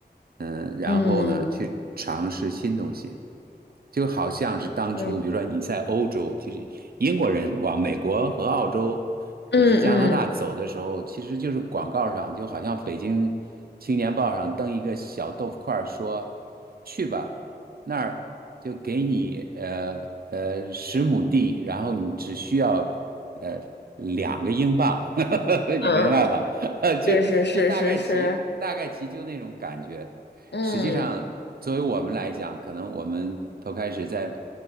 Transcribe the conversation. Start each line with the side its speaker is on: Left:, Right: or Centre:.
Right: 嗯，然后呢，
Left: 嗯，
Right: 去尝试新东西，就好像是当初，
Left: 对，
Right: 比如说你在欧洲，其实英国人往美国和澳洲
Left: 嗯嗯
Right: 以及加拿大走的时候，其实就是广告上，就好像北京青年报上登一个小豆腐块儿说，去吧，那儿就给你呃呃十亩地，然后你只需要呃两个英镑，<laughs>
Left: 嗯
Right: 你明白吧？<laughs> 就就大概其大概其就那种感觉。
Left: 嗯，是是是是是，嗯，
Right: 实际上，作为我们来讲，可能我们头开始在